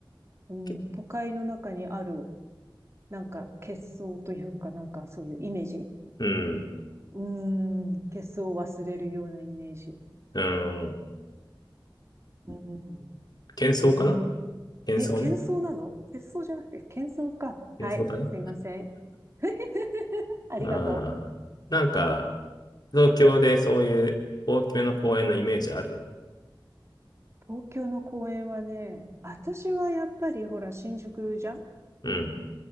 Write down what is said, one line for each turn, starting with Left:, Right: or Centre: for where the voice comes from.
Right: うん。
Left: け
Right: 都会の中にある、なんか、結相というか、なんかそういうイメージ
Left: うん、
Right: うーん、喧騒を忘れるようなイメージ。
Left: うん、
Right: うん、
Left: 喧騒かな
Right: ええ
Left: 喧騒ね。
Right: け、喧騒なの喧騒じゃなくて、喧騒か。はい、
Left: 喧騒だね。
Right: すいません。<laughs> ありがと
Left: うん。なんか、東京でそういう大きめの公園のイメージある
Right: う。東京の公園はね、私はやっぱりほら、新宿じゃん
Left: うん。